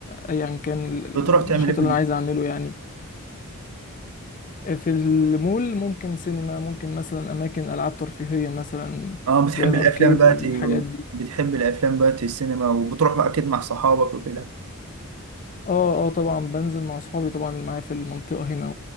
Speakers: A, on the left; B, on the right.
A: ايا كان النشاط
B: بتروح تعمل ايه في
A: اللي
B: الم-
A: انا عايز اعمله يعني في المول ممكن سينما ممكن مثلا اماكن العاب ترفيهيه مثلا
B: اه بتحب
A: زي الاركيد
B: الافلام بقى
A: والحاجات
B: تي
A: دي
B: بتحب الافلام بقى تي السينما وبتروح بقى اكيد مع صحابك وكده
A: اه اه طبعا بنزل مع اصحابي طبعا اللي معايا في المنطقه هنا